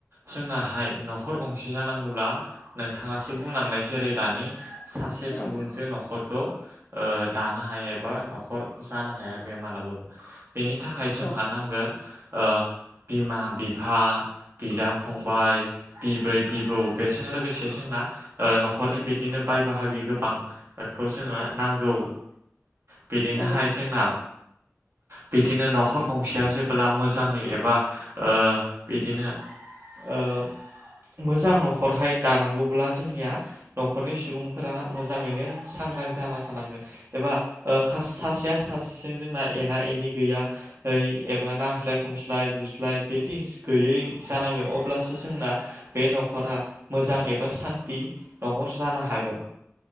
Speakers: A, on the right (about 55°); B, on the left (about 45°).
A: जोंनाहाय नखर गंसे जानांगौब्ला नोंथाङासो बुंलांनाय जेरै दानि सासे
B: औ
A: सुबुंजों नखरखौ ओ दानो हाया एबा नखर जानो हाया बे मालाबाबो। बेनि थाखाय जोंहा
B: औ
A: नांगोन ओ बिमा बिफा बिदा फ फंबाय बिबै बिबौ बेजों लोगोसे जोंना ओ नखरनि बिदिनो बाय बाहागि गोबांखौ जोङो नांगौ बिनिनोहाय
B: औ
A: जोंना बिदिनो नखर गंसेया जेब्ला मोजाङै एबा ओ बिदिनो ओ मोजां न'खरहाय दानांगौब्ला जोंनिया न'खरनि सुबुंफोरा मोजाङैनो सांग थारां जाना थानांगोन एबा ओ खासे सासेआ सासेसो जों जोंना एना एनि गैया है एबा नांज्लाय खमस्लाय बुज्लाय बेटिगस गैयै जानांगोन अब्लासो जोंना बे न'खरा मोजां एबा सान्थि न'खर जानो हागोन